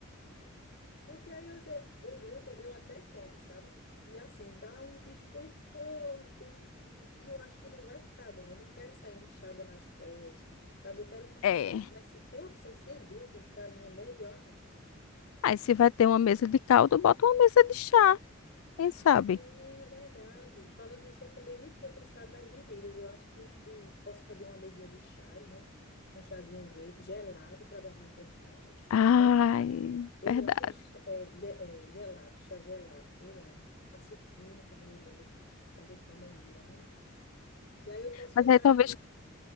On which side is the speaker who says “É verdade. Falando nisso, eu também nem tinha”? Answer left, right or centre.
Left